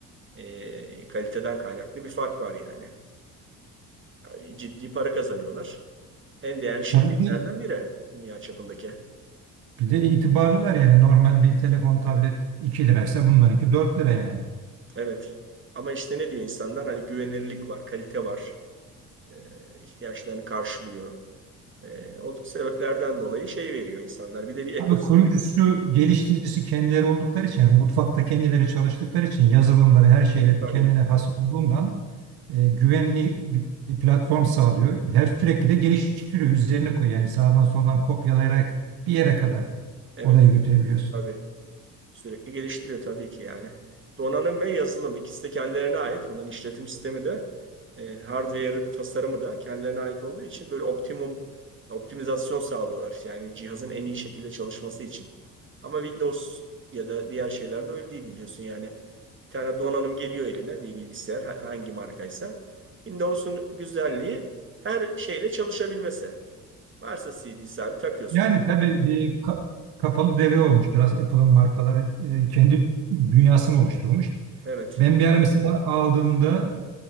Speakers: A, on the right (about 30°); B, on the right (about 60°).
A: E, kaliteden kaynaklı bir fark var yani. E, ciddi para kazanıyorlar. En değerli şirketlerden
B: Tabii bir de,
A: biri dünya çapındaki.
B: bir de itibarlılar yani normal bir telefon tablet 2 liraysa bunlarınki 4 lira yani.
A: Evet. Ama işte ne diyor insanlar? Hani güvenirlik var, kalite var. Ee, ihtiyaçlarını karşılıyor. Ee, o sebeplerden dolayı şey veriyor insanlar. Bir de bir ekosistem
B: Abi kurucusu, geliştiricisi kendileri oldukları için, mutfakta kendileri çalıştıkları için yazılımları, her şeyleri
A: tabii.
B: kendine has olduğundan e, güvenli bir platform sağlıyor. Her sürekli de geliştiriyor, üzerine koyuyor. Yani sağdan soldan kopyalayarak bir yere kadar
A: Evet,
B: olayı götürebiliyorsun.
A: tabii. Sürekli geliştiriyor tabii ki yani. Donanım ve yazılım ikisi de kendilerine ait. Bunların işletim sistemi de e, hardware tasarımı da kendilerine ait olduğu için böyle optimum optimizasyon sağlıyorlar. Yani cihazın en iyi şekilde çalışması için. Ama Windows ya da diğer şeylerde öyle değil biliyorsun yani. Bir tane donanım geliyor eline bir bilgisayar ha- hangi markaysa. Windows'un güzelliği her şeyle çalışabilmesi. Varsa CD'si abi takıyorsun.
B: Yani tabii bir ka- kapalı devre olmuş biraz Apple'ın markaları e, kendi dünyasını oluşturmuş.
A: Evet.
B: Ben bir ara mesela aldığımda